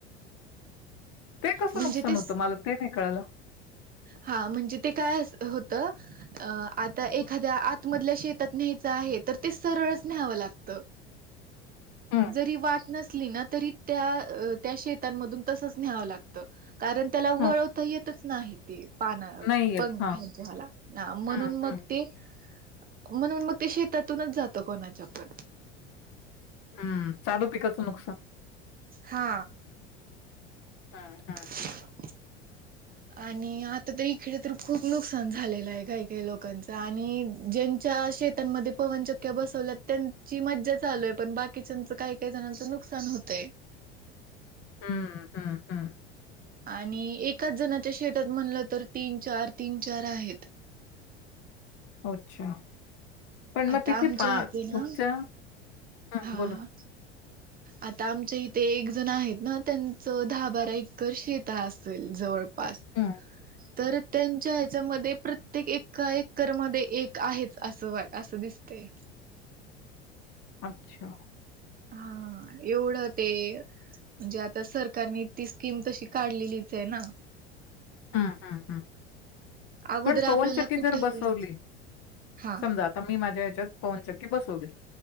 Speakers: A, on the left; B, on the right.
A: ते कसं
B: म्हणजे
A: नुकसान
B: ते
A: होतं? मला ते नाही कळालं.
B: हा, म्हणजे ते काय अस होत आता एखाद्या
A: हं,
B: आतमधल्या शेतात न्यायचं आहे तर ते सरळच न्यावं लागतं.
A: हं,
B: जरी वाट नसली ना तरी त्या अ त्या शेत त्यांमधून तसंच न्ह्यावं लागत. कारण त्याला
A: हं.
B: वळवता येतच नाही ते पान
A: नाही येत.
B: पंख्यांच्याला
A: हां.
B: ना म्हणून
A: हं, हं,
B: मग ते म्हणून मग ते शेतातूनच जात कोणाच्या पण.
A: हम्म चालू पिकाचं नुकसान.
B: हा.
A: हं,
B: <inaudible>
A: हं, हं.
B: आणि आता तर इखेडे तर खूप नुकसान झालेलं आहे काही काही लोकांच आणि ज्यांच्या शेतांमध्ये पवनचक्क्या बसवल्या त्यांची मज्जा चालूय पण बाकीच्याच काही काही जणाच नुकसा न होतय.
A: हम्म हम्म हम्म.
B: आणि एकाच जणाच्या शेतात म्हणलं तर तीन चार तीन चार आहेत.
A: अच्छा पण मग
B: आता
A: तिथे
B: आमच्या
A: पा
B: इथे ना
A: तुमच्या हं,
B: हा
A: बोला.
B: आता आमच्या इथे एक जण आहेत ना त्यां च दहा बारा
A: हं,
B: एकरर् शेत असेल जवळपास.
A: हं.
B: तर त्यांच्या ह्याच्यामध्ये प्रत्येक एका एकर मध्ये एक आहेच अस वा असं दिसतय. <inaudible>
A: अच्छा.
B: हा एवढं ते म्हणजे आता सरकारने ती स्कीम तशी काढलेलीच ए ना.
A: ह ह ह
B: अगोदर
A: पण
B: आपल्याला
A: पवनचकी
B: कुठे
A: जर बसवली
B: ते हा
A: समजा आता मी माझ्या ह्याच्यात पवनचक्की बसवली.